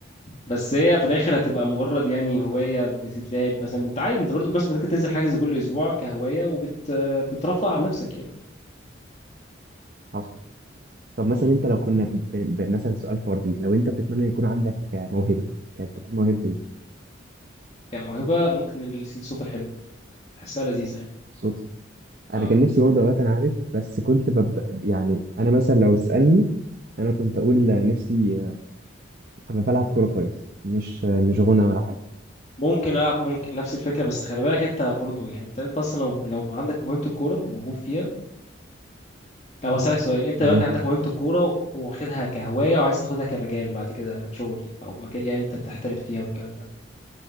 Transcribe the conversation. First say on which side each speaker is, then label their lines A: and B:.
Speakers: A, on the left; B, on the right.
A: بس هي في الاخر هتبقى مجرد يعني هوايه بتتلعب مثلا انت عادي انت برضه مثلا ممكن تنزل حجز كل اسبوع كهوايه وبت بترفع عن نفسك يعني
B: <laughs> طب مثلا انت لو كنا ب... ب... مثلا سؤال فردي لو انت بتتمنى يكون عندك موهبة كانت تكون موهبة ايه؟
A: كموهبه ممكن ال- الصوت الحلو بحسها لذيذه يعني
B: الصوت
A: اه
B: انا كان نفسي برضه دلوقتي انا عارف بس كنت بب... يعني انا مثلا لو تسألني انا كنت اقول نفسي ابقى بلعب كورة كويس مش مش غنى ولا حاجة
A: ممكن العب ممكن نفس الفكره بس خلي بالك انت برضه يعني انت انت اصلا لو لو عندك موهبه الكوره وموهوب فيها طب اسالك سؤال انت
B: تمام
A: دلوقتي عندك موهبه الكوره و- واخدها كهوايه وعايز تاخدها كمجال بعد كده شغل او مجال يعني انت تحترف فيها والكلام ده